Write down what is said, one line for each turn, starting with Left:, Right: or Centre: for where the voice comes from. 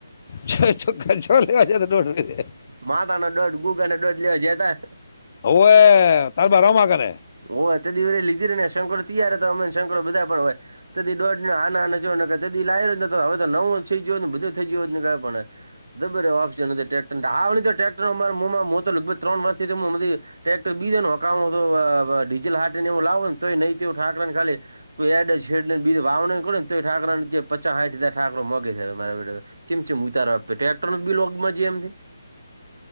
Left: છોખા છોલે ચ્યોં લેવાજે તો ડોઢ.
Right: માતા ન દોઢ ગુગરને દોઢ લેવા જ્યયો છે હતા.
Left: હવ એ તાર બારમાં કડે.
Right: ઓ અ તે દિવરે લીધ ને શંકર તૈયાર હતા અમેંકર બધા પણ હોય. તે દી દોઢ હા ના હા ચ તે દી લાઈ રહ્યો હવે તો નવું થઈ ગયો ને બધું થઈ ગયો ને પણ કે. જબ્બર આપશે ટેક્ટર હતો આ ટેક્ટર અમારા મોમા <unintelligible> લગભગ ત્રણ વર્ષથી હધી. ટ્રેક્ટર બીજે નુ હકામો હતો ડીઝલ હાટી ને એવું લાવો ને તોય નહીં થીયુવ ઠાંકરાને ખાલી. કોઈ એડ જ છેડ બી વાવે ને તો ઠાકરા ની પચાસાઇઠ હજાર ઠાકરો મોગે છે માર <unintelligible> જેમ જેમ ઉતારો આપતો ટ્રેક્ટર ન બિલોગમાં છે એમ.